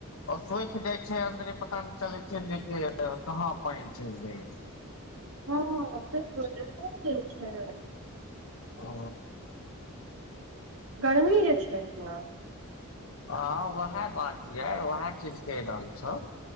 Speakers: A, on the left; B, on the right.
A: आर सोखि जाइ छै अन्दरे पता नहि चलै छै जे कहाँ पानि चलि जाय <inaudible>
B: हँ बोल कोन द छै
A: आ
B: गर्मी जे छैना
A: हँ उएह बात यऽ उएह चीजके दाम छौ